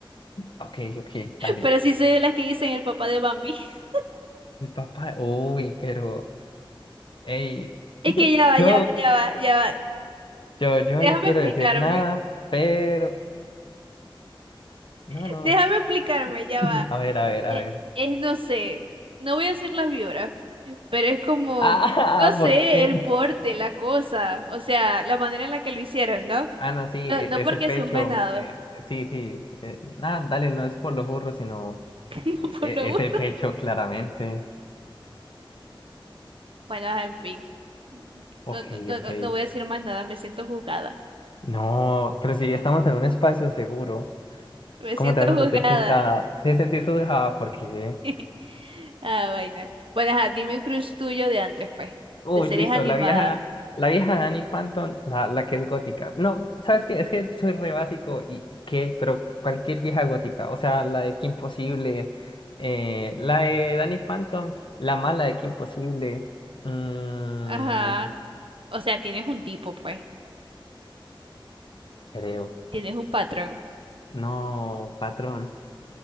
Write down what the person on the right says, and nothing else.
Pero sí soy de las que dicen el papá de Bambi. <laughs>
Es que ya va,
ya va, ya va, ya va.
Déjame
explicarme.
<laughs>
Déjame explicarme, ya
va.
Eh,
Es, no sé, no voy a decir las vibras, pero es como,
no sé,
el porte, la cosa, o sea, la manera en la que lo hicieron, ¿no?
No, no
porque
sea un venado,
<laughs> no
por
lo
uno.
Bueno, ajá, en fin. No,
no, no,
no, no voy a decir más nada, me siento juzgada.
Me
siento
juzgada.
<laughs> Ah, vaina. Bueno, ajá, dime un crush tuyo de antes, pues.
De series
animadas.
Ajá. O sea, tienes un tipo, pues.
Tienes un patrón.